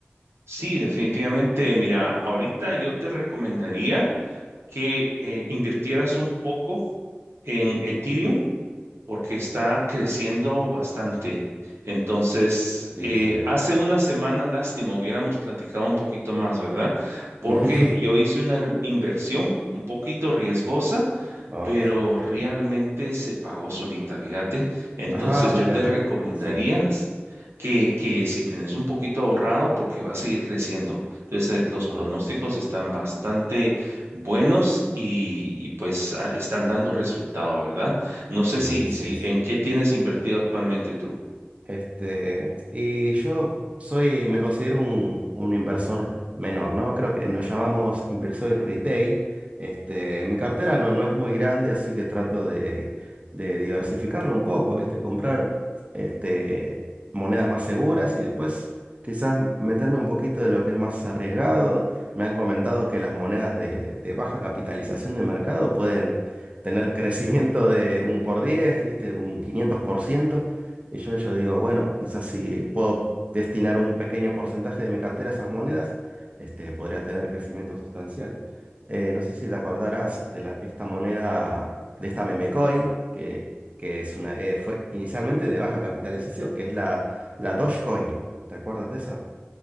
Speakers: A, on the right; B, on the right.
A: Sí, definitivamente. Mira, ahorita yo te recomendaría que eh, invirtieras un poco en Ethereum porque está creciendo bastante. Entonces,
B: Sí,
A: eh,
B: sí.
A: hace una semana, lástima, hubiéramos platicado un poquito más, ¿verdad? Porque
B: <laughs>
A: yo hice una er- inversión un poquito riesgosa
B: No,
A: pero
B: sí.
A: realmente
B: sí.
A: se pagó solita, fíjate. Entonces
B: Ajá,
A: yo
B: mira.
A: te recomendaría
B: Sí.
A: que, que si tenés un poquito ahorrado, porque va a seguir creciendo. Entonces eh, los
B: Ajá.
A: pronósticos están bastante buenos y, y, pues ah, están dando resultado, ¿verdad? No sé
B: Sí,
A: si,
B: sí,
A: si
B: sí.
A: en qué tienes invertido actualmente tú.
B: Este, y yo soy, me considero un, un inversor menor, ¿no? Creo que nos llamamos inversor retail. Este, mi cartera no, no es muy grande, así que trato de, de diversificarlo un poco, ¿viste? Comprar este, monedas más seguras y después quizás meterme un poquito de lo que es más arriesgado. Me han comentado que las monedas de, de baja capitalización de mercado pueden tener crecimiento de un por diez ¿viste? Un quinientos por ciento y yo, yo digo, bueno, quizás si puedo destinar un pequeño porcentaje de mi cartera a esas monedas, este, podría tener crecimientos sustanciales. Eh, no sé si te acordarás de la- esta moneda, de esta meme coin, que, que es una, eh, fue inicialmente de baja capitalización, que es la, la Dogecoin. ¿Te acuerdas de esa?